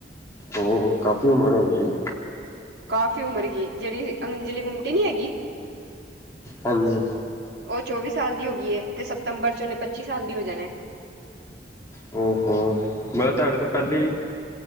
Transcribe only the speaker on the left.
ਉਹ ਕਾਫ਼ੀ ਉਮਰ ਹੋ ਗਈ ਐ।
ਹਾਂਜੀ।
ਹੋ ਮਤਲਬ ਤੁਹਾਡੇ ਤੋਂ ਪਹਿਲੇ ਹੀ